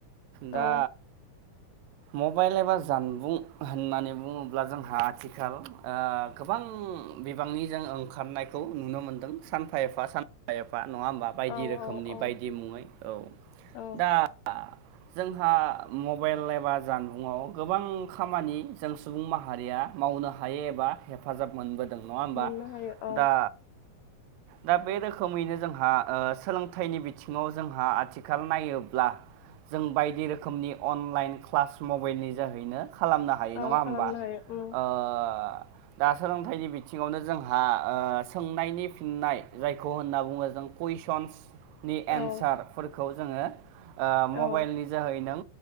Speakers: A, on the right; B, on the left.
A: दा
B: औ
A: मबाइल एबा जानबुं होननानै बुङो ब्ला जोंहा आथिखाल गोबां बिबांनि जों ओंखारनायखौ नुनो मोनदों। सानफा एफा सानफा एफा नङा होमबा? बायदि
B: औ
A: रोखोमनि
B: औ
A: बायदि मुङै औ
B: औ
A: दा जोंहा मबाइल एबा जानबुंआव गोबां खामानि जों सुबुं माहारि हारिया मावनो हायो एबा हेफाजाब मोनबोदों नङा होमबा?
B: मोननो हायो औ
A: दा दा बे रोखोमैनो जोंहा ओ सोलोंथाइनि बिथिङाव जोंहा आथिखाल नायोब्ला जों बायदि रोखोमनि अनलाइन क्लास मबाइलनि जोहैनो खालामनो हायो
B: औ
A: नङा होमबा?
B: खालामनो हायो उम
A: ओ ओ दा सोलोंथाइनि बिथिङावनो जोंहा सोंनायनि फिननाय जायखौ होनना बुङो जों कुइसनस नि एन्सारफोरखौ
B: औ
A: जोङो ओ मबाइलनि
B: औ
A: जोहै नों